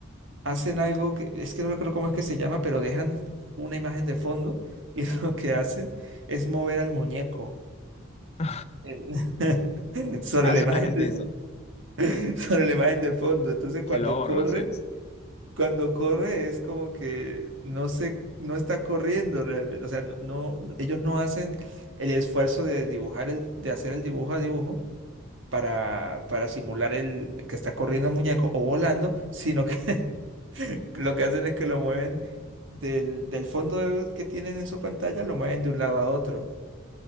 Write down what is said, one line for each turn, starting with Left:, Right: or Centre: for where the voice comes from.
Right: hacen algo que es que no recuerdo cómo es que se llama, pero dejan una imagen de fondo y <laughs> lo que hacen es mover al muñeco
Left: <laughs>
Right: en- <laughs> sobre
Left: Ah,
Right: la
Left: solamente
Right: imagen de,
Left: eso.
Right: <laughs> sobre la imagen de fondo. Entonces cuando
Left: Se lo ahorran.
Right: corre,
Left: se-
Right: cuando corre es como que no se no está corriendo realmente, o sea, no, no- ellos no hacen el esfuerzo de dibujar el de hacer el dibujo a dibujo. Para, para simular el que está corriendo el muñeco o volando, sino que <laughs> <laughs> Lo que hacen es que lo mueven del, del fondo de- que tienen en su pantalla, lo mueven de un lado a otro.